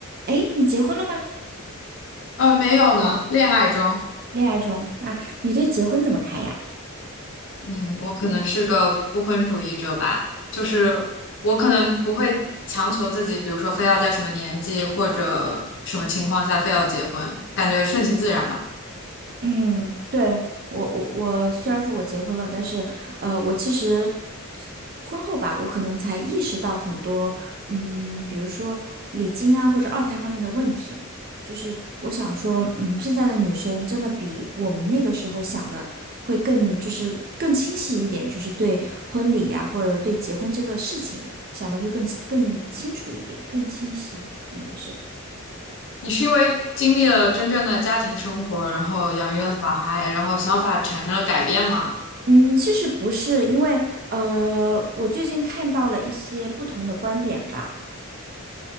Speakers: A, on the right (about 45°); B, on the left (about 60°).
A: 诶，你结婚了吗？
B: 呃，没有呢，恋爱中，
A: 恋爱中，那你对结婚怎么看呀？
B: 嗯，我可能是个不婚主义者吧，就是我可能不会强求自己，比如说非要在什么年纪或者什么情况下非要结婚，感觉顺其自然吧。
A: 嗯，对，我我我虽然说我结婚了，但是呃，我其实婚后吧，我可能才意识到很多，嗯，比如说礼金啊或者二胎方面的问题。就是我想说，嗯，现在的女生真的比我们那个时候想的会更，就是更清晰一点，就是对婚礼呀、或者对结婚这个事情想的会更更清楚一点，更清晰，应该是。
B: 你是因为经历了真正的家庭生活，然后养育了小孩，然后想法产生了改变吗？
A: 嗯，其实不是，因为呃，我最近看到了一些不同的观点吧，